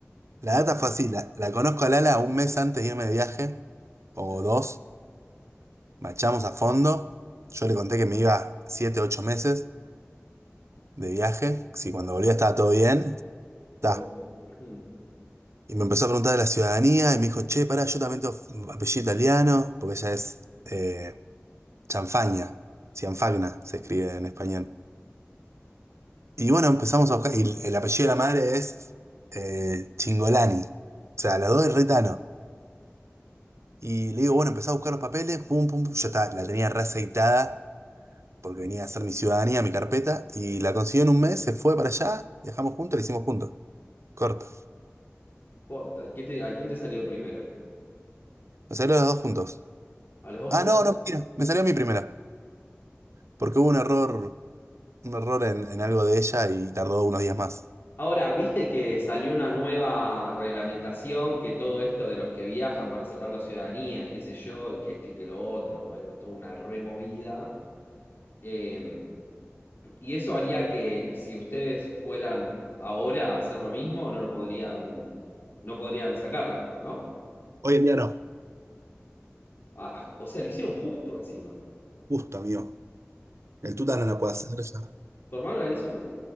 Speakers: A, on the right; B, on the left.
A: La
B: No,
A: data fue así: la, la conozco a Lala un mes antes de irme de viaje, o
B: sí,
A: dos. Machamos a fondo. Yo le conté que me iba siete, ocho meses de viaje. Si cuando volvía estaba todo bien.
B: todo
A: Ta.
B: bien. Mm,
A: Y me empezó a preguntar de la ciudadanía y me dijo: Che, pará, yo también tengo apellido italiano, porque ella es eh, Chanfagna. Cianfagna se escribe en español. Y bueno, empezamos a buscar. Y el, el apellido de la madre es eh, Chingolani. O sea, la dos es retano. Y le digo, bueno, empecé a buscar los papeles, pum, pum, pum. Ya está, la tenía reaceitada porque venía a hacer mi ciudadanía, mi carpeta. Y la consiguió en un mes, se fue para allá, viajamos juntos, la hicimos juntos. Corto.
B: Corta. ¿Y quién te- ¿A quién te salió primero?
A: Nos salió los dos juntos.
B: ¿A los dos
A: Ah, no, no, mentira. Me salió mi primera. Porque hubo un error, un error en, en algo de ella y tardó unos días más.
B: Ahora, viste que salió una nueva reglamentación que todo esto de los que viajan para sacar la ciudadanía, y qué sé yo, y que esto y que lo otro, bueno, toda una removida. Eh, y eso haría que si ustedes fueran ahora a hacer lo mismo, no lo podrían, no podrían sacarla, ¿no?
A: Hoy en día no.
B: Ah, o sea, lo hicieron justo encima.
A: Justo, amigo. El tuta no la puede hacer ya.
B: ¿Tu hermano la hizo?